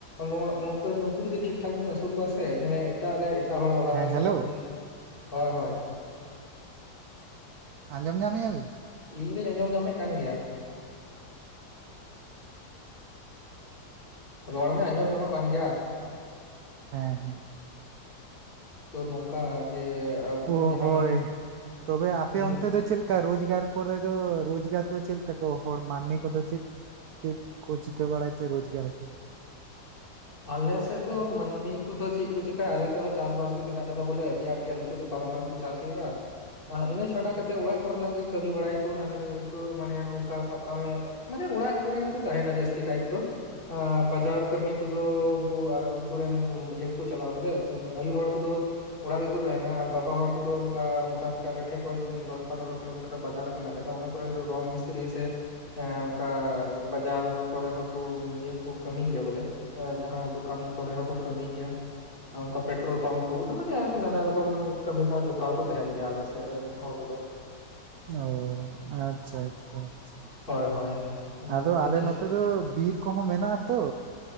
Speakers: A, on the left (about 30°); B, on the right (about 70°).
A: ᱱᱚᱣᱟ ᱱᱩᱝᱠᱟᱱ ᱱᱩᱠᱩ ᱡᱩᱫᱤ ᱴᱷᱤᱠ ᱴᱷᱟᱠ ᱵᱚᱱ ᱟᱹᱥᱩᱞ ᱠᱚᱣᱟ ᱥᱮ ᱢᱟᱱᱮ ᱮᱴᱟᱜ ᱨᱮ ᱮᱴᱟᱜ ᱦᱚᱲᱟᱜ ᱚᱲᱟᱜ
B: ᱦᱮᱸ
A: ᱨᱮ
B: ᱦᱮᱞᱳ
A: <inaudible> ᱦᱳᱭ ᱦᱳᱭ
B: ᱟᱸᱡᱚᱢ ᱧᱟᱢᱮᱭᱟ ᱵᱤᱱ
A: ᱤᱧ ᱫᱚᱧ ᱟᱸᱡᱚᱢ ᱧᱟᱢᱮᱫ ᱠᱟᱱ ᱜᱮᱭᱟ ᱨᱚᱲ ᱢᱮ ᱟᱸᱡᱚᱢ ᱧᱟᱢᱚᱜ ᱠᱟᱱ ᱜᱮᱭᱟ
B: ᱦᱮᱸ ᱦᱮᱸ
A: ᱛᱚ ᱱᱚᱝᱠᱟ ᱡᱮ ᱟᱵᱚᱨᱮᱱ
B: ᱚ
A: ᱡᱟᱦᱟᱸ
B: ᱦᱳᱭ
A: ᱢᱤᱦᱩ
B: ᱛᱚᱵᱮ ᱟᱯᱮ
A: ᱢᱤᱦᱩ
B: ᱚᱱᱛᱮ ᱫᱚ ᱪᱮᱫ ᱪᱮᱫᱠᱟ ᱨᱳᱡᱽᱜᱟᱨ ᱠᱚᱨᱮ ᱫᱚ ᱨᱚᱡᱽᱜᱟᱨ ᱫᱚ ᱪᱮᱫ ᱞᱮᱠᱟ ᱠᱚ ᱦᱚᱲ ᱢᱟᱹᱱᱢᱤ ᱠᱚᱫᱚ ᱪᱮᱫ ᱪᱮᱫ ᱠᱚ ᱪᱤᱠᱟᱹ ᱵᱟᱲᱟᱭ ᱛᱮ ᱨᱚᱡᱽᱜᱟᱨᱟᱠᱚ
A: <unintelligible> ᱟᱞᱮᱥᱮᱫ ᱫᱚ ᱢᱟᱹᱱᱢᱤ ᱠᱚᱫᱚ ᱪᱮᱫ ᱠᱚ ᱪᱮᱠᱟᱭᱟ ᱟᱞᱮᱥᱮᱫ ᱦᱚᱸ ᱪᱟᱥᱵᱟᱥ ᱜᱮ ᱢᱮᱱᱟᱜ ᱟᱠᱟᱫᱟ ᱵᱚᱞᱮ ᱟᱹᱰᱤ ᱟᱴ ᱜᱮ ᱟᱞᱮᱥᱮᱫ ᱫᱚ ᱵᱟᱨᱚ ᱢᱟᱥ ᱜᱮ ᱪᱟᱥ ᱦᱩᱭᱩᱜᱼᱟ ᱤᱱᱟᱹ ᱪᱷᱟᱰᱟ ᱠᱟᱛᱮ ᱚᱲᱟᱜ ᱠᱚᱨᱮᱱᱟᱜ ᱜᱮ ᱠᱟᱢᱤ ᱵᱟᱲᱟᱭ ᱠᱚ ᱦᱟᱱᱟ ᱱᱤᱭᱟᱹ ᱠᱚ ᱢᱟᱱᱮ ᱚᱱᱠᱟ ᱥᱟᱵᱠᱟᱜ ᱢᱮ ᱢᱟᱱᱮ ᱚᱲᱟᱜ ᱠᱚᱨᱮ ᱜᱮᱠᱚ ᱛᱟᱦᱮᱱᱟ ᱡᱟᱹᱥᱛᱤ ᱠᱟᱭ ᱛᱮᱫᱚ ᱵᱟᱡᱟᱨ ᱠᱟᱹᱢᱤ ᱠᱚᱫᱚ ᱩᱱᱠᱩ ᱟᱨ ᱩᱱᱠᱩ ᱨᱮᱱ ᱤᱭᱟᱹ ᱠᱚᱠᱚ ᱪᱟᱞᱟᱜᱼᱟ ᱵᱚᱞᱮ ᱟᱭᱩ ᱦᱚᱲ ᱠᱚᱫᱚ ᱚᱲᱟᱜ ᱜᱮᱠᱚ ᱛᱟᱦᱮᱱᱟ ᱟᱨ ᱵᱟᱵᱟ ᱦᱚᱲ ᱠᱚᱫᱚ ᱚᱱᱠᱟ ᱢᱚᱴᱟ ᱢᱩᱴᱤ ᱟᱞᱮ ᱴᱷᱮᱱ ᱠᱷᱚᱱ ᱫᱚᱥ ᱯᱚᱱᱨᱚ ᱠᱤᱞᱳᱢᱤᱴᱟᱨ ᱵᱟᱡᱟᱨ ᱢᱮᱱᱟᱜ ᱟᱠᱟᱫᱟ ᱚᱱᱟ <unintelligible> ᱨᱚᱝ ᱢᱤᱥᱛᱨᱤ ᱥᱮ ᱦᱮᱸ ᱚᱱᱠᱟ ᱵᱟᱡᱟᱨ ᱠᱚᱨᱮ ᱦᱚᱸᱠᱚ ᱤᱭᱟᱹ ᱠᱚ ᱠᱟᱹᱢᱤᱭ ᱜᱮᱭᱟ ᱵᱚᱞᱮ ᱡᱟᱦᱟᱸ ᱫᱚᱠᱟᱱ ᱠᱚᱨᱮ ᱦᱚᱸᱠᱚ ᱠᱟᱹᱢᱤᱭ ᱜᱮᱭᱟ ᱚᱱᱠᱟ ᱯᱮᱴᱨᱳᱞ ᱯᱟᱢᱯ ᱠᱚ ᱢᱟᱱᱮ ᱟᱨᱠᱤ ᱱᱟᱱᱟ ᱨᱚᱠᱚᱢ ᱠᱟᱹᱢᱤ ᱥᱟᱶ ᱡᱚᱯᱲᱟᱣ ᱠᱚ ᱛᱟᱦᱮᱱ ᱜᱮᱭᱟ ᱟᱞᱮ ᱥᱮᱫ ᱨᱮᱱ ᱦᱚᱲ ᱠᱚᱫᱚ <inaudible>
B: ᱚ ᱟᱪᱪᱷᱟ ᱟᱪᱪᱷᱟ ᱟᱪᱪᱷᱟ
A: ᱦᱳᱭ ᱦᱳᱭ ᱦᱩᱸ
B: ᱟᱫᱚ ᱟᱞᱮ
A: ᱪᱮᱥ
B: ᱱᱚᱛᱮ ᱫᱚ ᱵᱤᱨ ᱠᱚᱦᱚᱸ ᱢᱮᱱᱟᱜ ᱟᱛᱚ